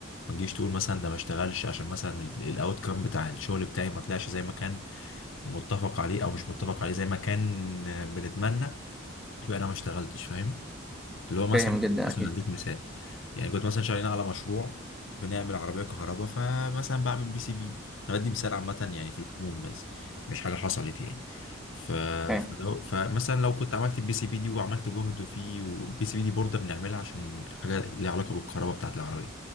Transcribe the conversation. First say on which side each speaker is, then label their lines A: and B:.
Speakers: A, on the left (about 70°); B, in the centre.
A: ما تجيش تقول مثلا ده ما اشتغلش عشان مثلا الاوت كام بتاع الشغل بتاعي ما طلعش زي ما كان متفق عليه او مش متفق عليه زي ما كان بنتمنى يبقى انا ما اشتغلتش فاهم اللي هو مثلا
B: فاهم جدا
A: مثلا
B: اكيد
A: اديك مثال يعني كنت مثلا شغالين على مشروع بنعمل عربيه كهرباء فمثلا بعمل بي سي بي انا بدي مثال عامه يعني في العموم بس مش حاجه حصلت يعني ف...
B: فاهم
A: فلو... فمثلا لو كنت عملت البي سي بي دي وعملت جهد فيه والبي سي بي دي بورده بنعملها عشان حاجه ليها علاقه بالكهرباء بتاعت العربيه